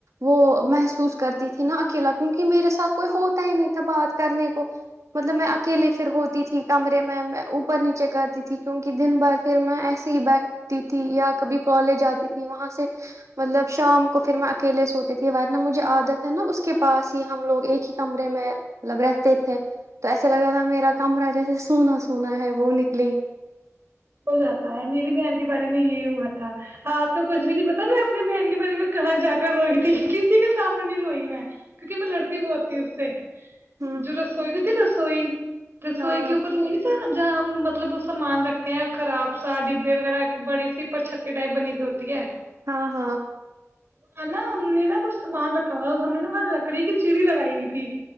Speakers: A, on the right; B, on the right.
A: وہ محسوس کرتی تھی نا اکیلا کیونکہ میرے ساتھ کوئی ہوتا ہی نہیں تھا بات کرنے کو مطلب میں اکیلے پھر ہوتی تھی کمرے میں اوپر نیچے کرتی تھی کیونک دن بار پھر میں ای بیٹھتی تھی یا کبھی کالج جاتی تھی وہاں سے مطلب شام کو پھر میں اکیلے سوتی تھی ورنہ مجھے عادت ہے نا اس کے پاس ہی ہم لوگ ایک ہی کمرے میں ملب رہتے تھے تو ایسے لگ رہا تھا میرا کمرہ جیسے سونا سونا ہے وہ نکلی
B: ہو جاتا میری بہن کے بارے میں یہی ہوا تھا آپ تو کچھ بھی نہیں پتا میں اپنے بہن کے بارے میں کہاں جا کر روئی تھی کسی کے سامنے نہیں روئی میں کیونکہ میں لڑکی بہت تھی اس سے
A: ہ
B: جو رسوئی ہوتیھی رسوئی رسوئی
A: ہاں
B: کے اوپر وہ نہیں تھا ج مطلب وہ سامان رکھتے ہیں خراب سا ڈبے وغیرہ بڑی سی پرر چھتی ٹائپ بنی ہوئی ہوتی ہے
A: ہاں ہاں
B: وہاں نا ہم نے نا کچھ سامان رکھا ہوا ہم نے نااں لکڑی کی سیڑھی لگائی ہوئی تھی